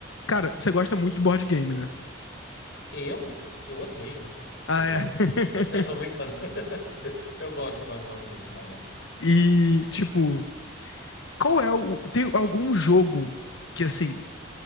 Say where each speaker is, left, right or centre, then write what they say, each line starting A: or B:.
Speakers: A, on the left; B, on the left.
A: Cara, você gosta muito de board game, né?
B: Eu? Eu odeio
A: Ah,
B: board
A: é.
B: game.
A: <laughs>
B: Não, tô brincando. <laughs> Eu gosto, eu gosto de board game, cara.
A: E, tipo, qual é o. Tem algum jogo que, assim,